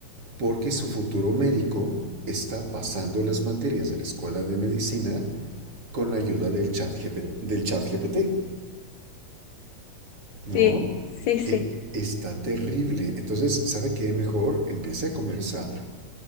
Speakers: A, on the right (about 45°); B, on the left (about 65°).
A: Porque su futuro médico está pasando las materias de la escuela de medicina con la ayuda del chat, GP, del chat GPT,
B: Sí,
A: ¿no?
B: sí, sí.
A: E, está terrible. Entonces, ¿sabe qué? Mejor empiece a comer sano.